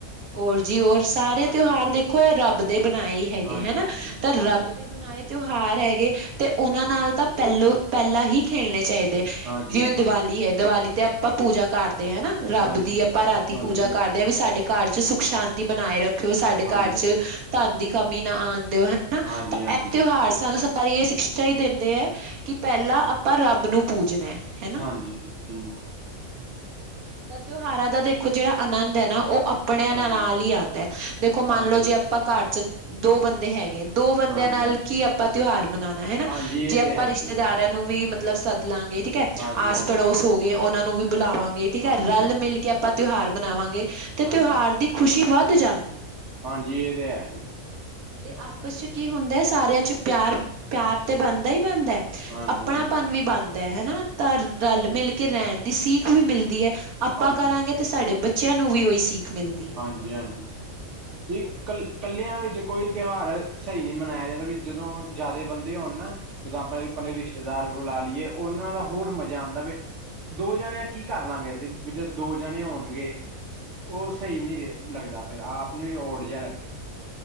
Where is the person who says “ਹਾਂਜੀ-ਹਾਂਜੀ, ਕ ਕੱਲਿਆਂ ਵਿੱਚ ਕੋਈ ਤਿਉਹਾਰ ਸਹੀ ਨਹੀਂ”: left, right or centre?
Right